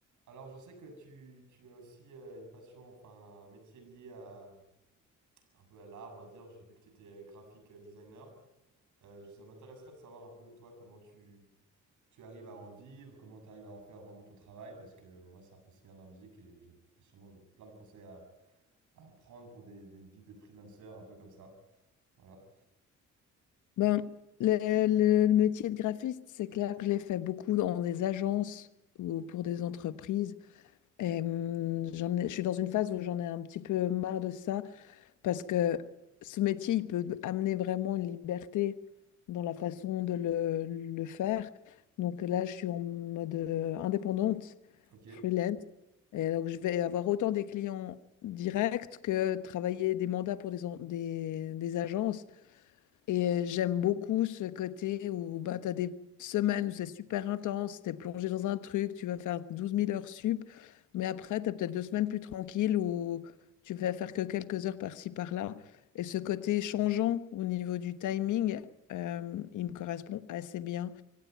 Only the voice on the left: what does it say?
Ben, le, le- le métier de graphiste, c'est clair que je l'ai fait beaucoup dans des agences ou pour des entreprises. Et, hum, j'en ai- je suis dans une phase où j'en ai un petit peu marre de ça parce que ce métier, il peut amener vraiment une liberté dans la façon de le, le faire. Donc là, je suis en mode euh, indépendante,
freelance. Et donc, je vais avoir autant des clients directs que travailler des mandats pour des en- des- des agences. Et euh, j'aime beaucoup ce côté où bah, tu as des semaines où c'est super intense, tu es plongé dans un truc, tu vas faire douze mille heures sup, mais après, tu as peut-être deux semaines plus tranquilles où tu vas faire que quelques heures par-ci, par-là. Et ce côté changeant au niveau du timing, euh, il me correspond assez bien.